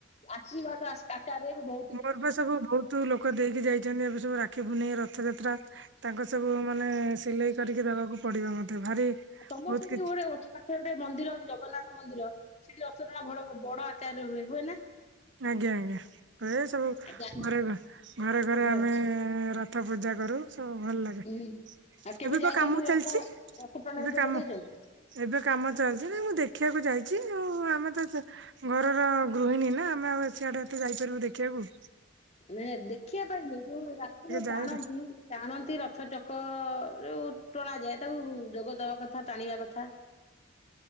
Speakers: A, on the left; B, on the right.
A: ଆଶୀର୍ବାଦ ଆଶ୍ ଆ ତାର ଏବେ ବହୁ
B: ମୋର ବା ସବୁ ବହୁତ ଲୋକ ଦେଇକି ଯାଇଛନ୍ତି ଏବେ ସବୁ ରାକ୍ଷୀ ପୁନେଇଁ ରଥଯାତ୍ରା ତାଙ୍କ ସବୁ ମାନେ ସିଲେଇ କରିକି ଦେବାକୁ ପଡିବ ମତେ ଭାରି
A: ଆ ତମ
B: ବହୁତ
A: ସେଠି
B: କିଛି
A: ଗୋଟେ ଅଛି ପାଖରେ ଗୋଟେ ମନ୍ଦିର ଅଛି ଜଗନ୍ନାଥ ମନ୍ଦିର ସେଠି ଅ ସୁନା ବଡ ବଡ ଆକାରରେ ହୁଏ ହୁଏ ନା?
B: ଆଜ୍ଞା ଆଜ୍ଞା ହୁଏ ସବୁ
A: ଆଜ୍ଞା
B: ଘରେ ଘରେ ଘରେ ଘରେ
A: ହଉ
B: ଆମେ ପାଠ ପୂଜା କରୁ ସବୁ ଭଲ ଲାଗେ।
A: ହୁଁ ଆଉ କେବେ
B: ଏବେ
A: ଯାଇଛନ୍ତି
B: ବା କାମ
A: ରଥ
B: ଚାଲିଚି
A: ରଥ ଟଣାରେ
B: ଏବେ
A: ଯୋଗ
B: କାମ
A: ଦେଇଛନ୍ତି?
B: ଏବେ କାମ ଚାଲିଛି ନା ମୁଁ ଦେଖିବାକୁ ଯାଇଛି ଉଁ ଆମେ ତ ଘରର ଗୃହିଣୀ ନା ଆମେ ଆଉ ସିଆଡେ ଏତେ ଯାଇପାରିବୁ ଦେଖିଆକୁ?
A: ନାଇ ଦେଖିବା ପାଇଁ ନୁହେଁ ଯୋଉ ରାତିରୁ
B: ଯାଏ
A: ଟାଣନ୍ତି। ଟାଣନ୍ତି ରଥ ଚକ ରୁ ଟଣା ଯାଏ ତାକୁ ଯୋଗ ଦବା କଥା ଟାଣିବା କଥା।